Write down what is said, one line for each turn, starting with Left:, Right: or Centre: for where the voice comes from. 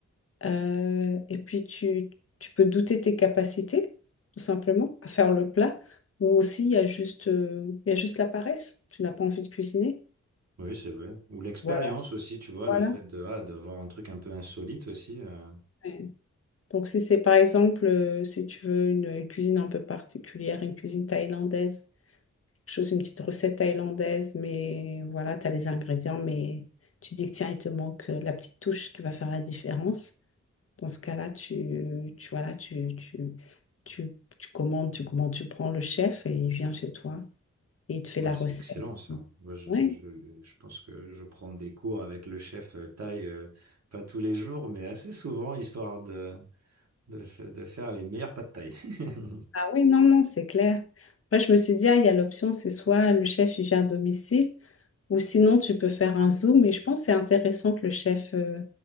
Left: euh, et puis tu, tu peux douter tes capacités, tout simplement, à faire le plat. Ou aussi, il y a juste, euh, il y a juste la paresse. Tu n'as pas envie de cuisiner.
Right: Oui, c'est vrai. Ou l'expérience
Left: Voilà,
Right: aussi, tu vois,
Left: voilà.
Right: le fait de, ah, de voir un truc un peu insolite aussi. euh.
Left: Ouais. Donc, si c'est par exemple, euh, si tu veux une, une cuisine un peu particulière, une cuisine thaïlandaise, chose, une petite recette thaïlandaise, mais voilà, tu as les ingrédients, mais tu dis que tiens, il te manque euh, la petite touche qui va faire la différence. Dans ce cas-là, tu, tu, voilà, tu, tu, tu, tu commandes, tu commandes, tu prends le chef et il vient chez toi et il te fait
Right: Ouais,
Left: la
Right: c'est
Left: recette.
Right: excellent ça. Moi, je,
Left: Oui,
Right: je, je pense que je prends des cours avec le chef euh, thaï, euh, pas tous les jours, mais assez souvent, histoire de, de, f- de faire les meilleurs pâtes de thaï. <laughs>
Left: ah oui, non, non, c'est clair. Après, je me suis dit, ah, il y a l'option, c'est soit le chef il vient à domicile, ou sinon tu peux faire un Zoom, mais je pense que c'est intéressant que le chef, euh,